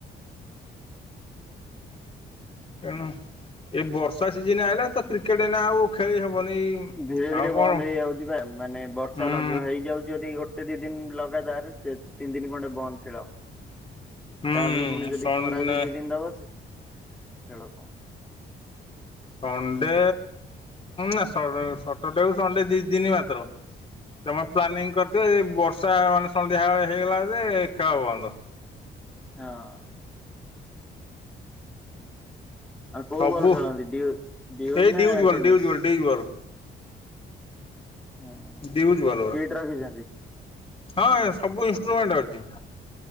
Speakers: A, in the centre; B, on the left.
A: <inaudible>
B: ଏଣୁ ଏ ବର୍ଷା ସିଜିନୀ ଆଇଲା ତ। କ୍ରିକେଟ ଏଇନା ଆଉ ଖେଳି ହବନି
A: ଧୀରେ ଧୀରେ
B: ଆଉ
A: ବନ୍ଦ
B: କଣ ହୁଁ।
A: ହେଇଯାଉଛି ବା ମାନେ ବର୍ଷା ଲଗା ହେଇଯାଉଛି ଯଦି ଗୋଟେ ଦି ଦିନି ଲଗାତାର ସେ ତିନି ଦିନି ଖଣ୍ଡେ ବନ୍ଦ ଖେଳ।
B: ହୁଁ
A: ତାପରେ ପୁଣି ଯଦି
B: ସଣ୍ଡେ
A: ଖରା ଯଦି <unintelligible> ଦବ ଖେଳ ବନ୍ଦ୍।
B: ସଣ୍ଡେ ନା ସଟରଡେ ସଣ୍ଡେ ଦି ଦିନି ମାତ୍ର। ତମେ ର ପ୍ଲାନିଂ କରିଥିବ ଯେ ବର୍ଷା ମାନେ ସନ୍ଧ୍ୟାଳେ ହେଇଗଲା ଯେ ଖେଳ ବନ୍ଦ।
A: ହଁ। ହଁ କୋଉ
B: ସବୁ
A: ବଲ ଖେଳନ୍ତି ଡିଉ ଡିଉଜ୍
B: ଏଇ
A: ନା
B: ball
A: tennis?
B: deuce Ball deuce ball
A: ହଁ
B: ଡିଉଜ୍ ବଲ୍ ଗୁରା।
A: କେଟ ରଖିଛନ୍ତି।
B: ହଁ ସବୁ ଇନଷ୍ଟ୍ରୁମେଣ୍ଟ ଅଛି